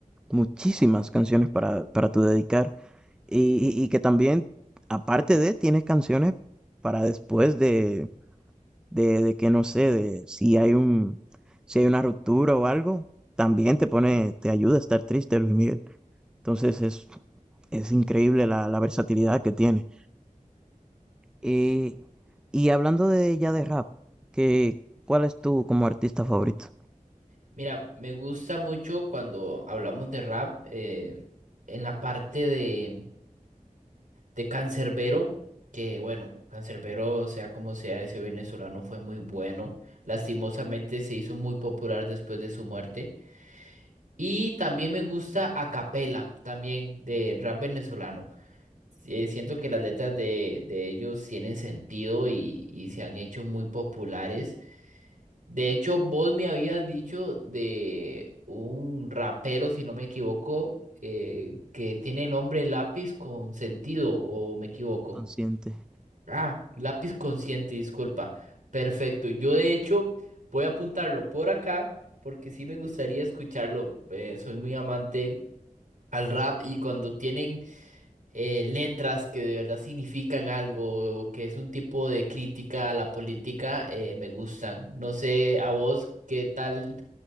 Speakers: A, in the centre; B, on the right.
A: muchísimas canciones para, para tu dedicar. Y, y- y que también, aparte de, tienes canciones para después de, de, de que no sé, de si hay un, si hay una ruptura o algo, también te pone, te ayuda a estar triste, Luis Miguel. Entonces es, es increíble la, la versatilidad que tiene. y y hablando de ya de rap, que, ¿cuál es tu como artista favorito?
B: Mira, me gusta mucho cuando hablamos de rap, eh, en la parte de de Cancerbero que bueno, Cancerbero sea como sea, ese venezolano fue muy bueno. Lastimosamente se hizo muy popular después de su muerte. Y también me gusta A Capela, también de rap venezolano. Eh, siento que las letras de, de ellos tienen sentido y, y se han hecho muy populares. De hecho, vos me habías dicho de un rapero, si no me equivoco, eh, que tiene el nombre Lápiz con sentido, o me equivoco.
A: Consciente.
B: Ah, lápiz consciente, disculpa. Perfecto. Yo de hecho voy a apuntarlo por acá porque sí me gustaría escucharlo. Eh, soy muy amante al rap y cuando tienen eh, letras que de verdad significan algo o que es un tipo de crítica a la política, eh, me gustan. No sé a vos qué tal,